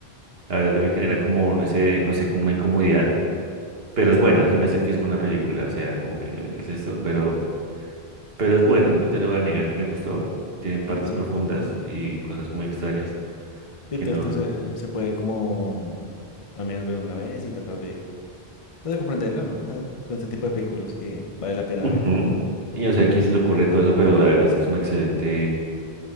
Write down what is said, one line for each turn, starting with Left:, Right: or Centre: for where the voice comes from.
Right: La verdad también genera como ese, no sé, como una incomodidad, pero
Left: Ajá.
Right: es buena, se me hace que es buena película, o sea, como que, ¿qué es esto? Pero, pero es buena, no te lo voy a negar que me gustó. Tiene partes
Left: Sí,
Right: profundas y cosas muy extrañas
Left: sí,
Right: que
Left: todo
Right: no...
Left: esto se, se puede como al menos ver una vez y tratar de, pues, de comprenderlo, ¿no? O sea, todo este tipo de películas que vale la pena
Right: Ujú.
Left: ver.
Right: Y no sé a quién se le ocurre todo eso, pero la verdad es que es un excelente,